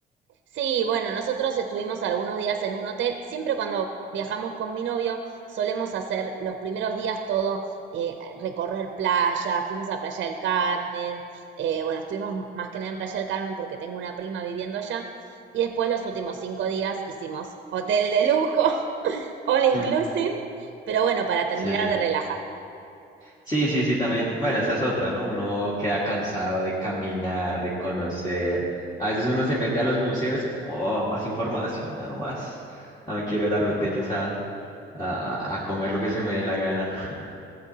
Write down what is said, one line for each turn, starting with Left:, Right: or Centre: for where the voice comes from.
Right: Sí, bueno, nosotros estuvimos algunos días en un hotel. Siempre cuando viajamos con mi novio, solemos hacer los primeros días todo, eh, recorrer playa, fuimos a Playa del Carmen, eh, bueno, estuvimos m- más que nada en Playa del Carmen porque tengo una prima viviendo allá. Y después los últimos cinco días hicimos hotel de lujo, <laughs> all inclusive,
Left: Mm,
Right: pero bueno, para terminar
Left: sí,
Right: de relajar.
Left: sí, sí, sí, también, bueno, esa es otra, ¿no? Uno queda cansado de caminar, de conocer. A veces uno se mete a los museos y es como, oh, más información, da nomás. No me quiero ir al hotel es a, a, a- a comer lo que se me dé la gana. <laughs>